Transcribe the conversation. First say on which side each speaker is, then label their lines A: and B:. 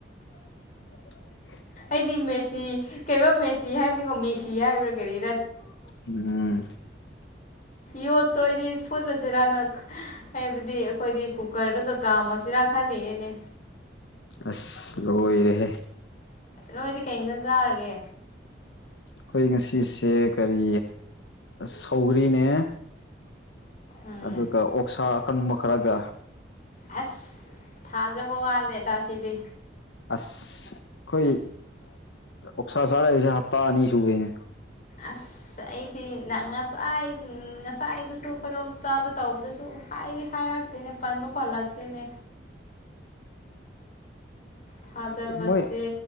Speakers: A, on the left; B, on the left.
A: <unintelligible>
B: ꯑꯩꯗꯤ ꯃꯦꯁꯤ ꯀꯩꯕ ꯃꯦꯁꯤ ꯍꯥꯏꯕꯅꯤꯀꯣ ꯃꯦꯁꯤ ꯍꯥꯏꯔꯤꯕ꯭ꯔꯥ ꯀꯔꯤ
A: ꯎꯝ
B: ꯌꯣꯠꯇꯣ ꯑꯣꯏꯗꯤ ꯐꯨꯠꯂꯁꯤꯔꯅ ꯍꯥꯏꯕꯗꯤ ꯑꯩꯈꯣꯏꯗꯤ ꯀꯨꯀꯔꯗꯒ ꯀꯥꯝꯃꯁꯤꯔꯥ ꯈꯜꯂꯤꯅꯤꯅꯦ
A: ꯑꯁ ꯂꯣꯏꯔꯦꯍꯦ
B: ꯅꯣꯏꯗꯤ ꯀꯩ ꯏꯟꯖꯥꯡ ꯆꯥꯔꯒꯦ
A: ꯑꯩꯈꯣꯏ ꯉꯁꯤꯁꯦ ꯀꯔꯤ ꯁꯧꯒ꯭ꯔꯤꯅꯦ
B: ꯎꯝ
A: ꯑꯗꯨꯒ ꯑꯣꯛꯁꯥ ꯑꯀꯪꯕ ꯈꯔꯒ
B: ꯑꯦꯁ ꯊꯥꯖꯕ ꯋꯥꯠꯂꯦꯗ ꯁꯤꯗꯤ
A: ꯑꯁ ꯑꯩꯈꯣꯏ ꯑꯣꯛꯁꯥ ꯆꯥꯔꯛꯏꯁꯦ ꯍꯞꯇꯥ ꯑꯅꯤ ꯁꯨꯔꯦꯅꯦ
B: ꯑꯁ ꯑꯩꯗꯤ ꯉꯁꯥꯏ ꯉꯁꯥꯏꯗꯨꯁꯨ ꯐꯗꯣꯝ ꯆꯥꯗ ꯇꯧꯕꯗꯨꯁꯨ ꯍꯥꯏꯗꯤ ꯍꯥꯏꯔꯛꯇꯦꯅꯦ ꯄꯟꯕꯨ ꯄꯜꯂꯛꯇꯦꯅꯦ ꯊꯥꯖꯕꯁꯦ
A: ꯃꯣꯏ